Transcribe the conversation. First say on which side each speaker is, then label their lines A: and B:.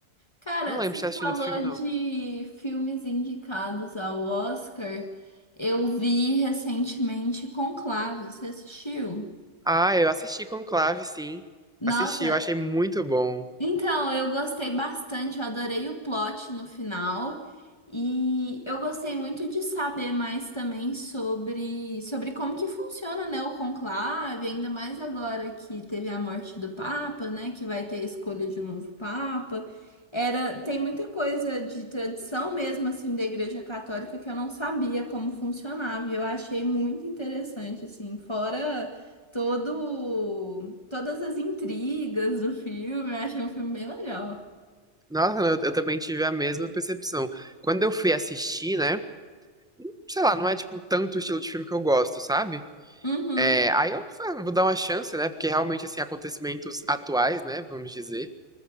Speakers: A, on the left (about 25°); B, in the centre.
A: Cara,
B: Não lembro
A: você
B: de ter assistido
A: falou
B: outro filme, não.
A: de filmes indicados ao Oscar. Eu vi recentemente Conclave. Você assistiu?
B: Ah, eu assisti Conclave, sim.
A: Nossa,
B: Assisti, eu achei muito bom.
A: Então, eu gostei bastante, eu adorei o plot no final. E eu gostei muito de saber mais também sobre, sobre como que funciona, né, o conclave, ainda mais agora que teve a morte do Papa, né, que vai ter a escolha de um novo Papa. Era, tem muita coisa de tradição mesmo, assim, da Igreja Católica que eu não sabia como funcionava. E eu achei muito interessante, assim, fora todo, todas as intrigas do filme. Eu achei um filme bem legal.
B: Nossa, eu, eu também tive a mesma percepção. Quando eu fui assistir, né, sei lá, não é, tipo, tanto o estilo de filme que eu gosto, sabe?
A: Uhum,
B: É, aí eu ah, vou dar uma chance, né? Porque realmente, assim, acontecimentos atuais, né? Vamos dizer.